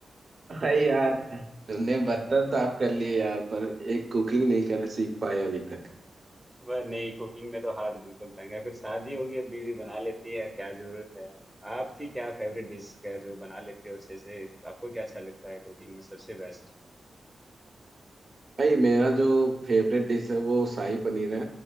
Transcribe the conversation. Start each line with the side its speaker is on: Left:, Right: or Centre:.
Right: भाई यार
Centre: है
Right: तुमने
Centre: <laughs>
Right: बर्तन साफ कर लिए यार पर एक कुकिंग नहीं करना सीख पाए अभी तक
Centre: वह नहीं कुकिंग में तो हाथ बिल्कुल तंग है फिर शादी होगी अब बीवी बना लेती है क्या जरूरत है आपकी क्या फेवरेट डिश है जो बना लेते हो अच्छे से आपको क्या अच्छा लगता है कुकिंग में सबसे बेस्ट
Right: भाई मेरा जो फेवरेट डिश है वो शाही पनीर है